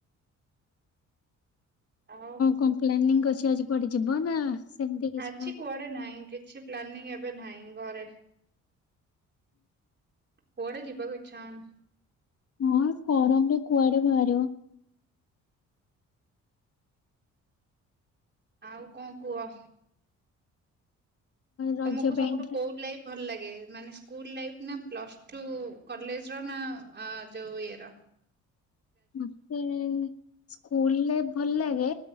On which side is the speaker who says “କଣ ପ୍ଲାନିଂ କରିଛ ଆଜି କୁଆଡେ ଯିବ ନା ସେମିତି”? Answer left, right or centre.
Left